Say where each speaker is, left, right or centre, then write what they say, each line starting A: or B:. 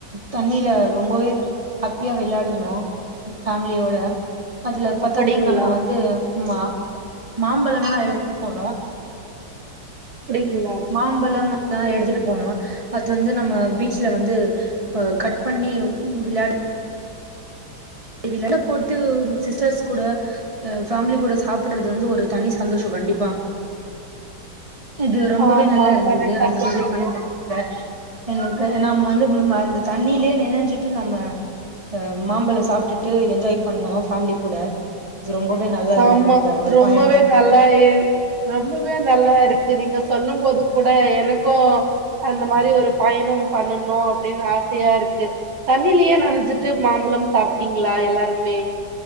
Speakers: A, on the right; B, on the right.
A: தண்ணில ரொம்பவே ஹாப்பியா வெளையாடுனோம் ஃபேமிலியோட அதுல பாத்தது
B: அப்படிங்களா
A: நம்ம வந்து மா மாம்பழம்ல்லாம் எடுத்து போனோம்
B: அப்டிங்களா
A: மாம்பழம்ல்லாம் எடுத்துட்டு போனும் பத்தா வந்து நம்ம பீச்ல வந்து ஆ கட் பண்ணி விளாட விளாட போட்டு சிஸ்டர்ஸ் கூட ஆ ஃபேமிலி கூட சாப்பிடுறது வந்து ஒரு தனி சந்தோஷம் கண்டிப்பா இது ரொம்பவே
B: ஆமா
A: நல்லா இருந்தது
B: கரெக்டா
A: அந்த
B: சொன்னீங்க
A: மாதிரி பண்ற த எனக்கு நாம வந்து அந்த தண்ணிலயே நினைஞ்சுட்டு நம்ம அ மாம்பழம் சாப்பிட்டுட்டு என்ஜாய் பண்ணோம் ஃபேமிலி கூட ரொம்பவே நல்லா இருந்தது
B: ஆமா
A: அந்த ஒரு
B: ரொம்பவே
A: பயணம்
B: நல்லா இ ரொம்பவே நல்லா இருக்கு நீங்க சொல்லும் போது கூட எனக்கும் அந்த மாரி ஒரு பயணம் பண்ணணும் அப்படின்னு ஆசையா இருக்கு தண்ணிலயே நனைஞ்சிட்டு மாம்பழம் சாப்பிட்டீங்களா எல்லாருமே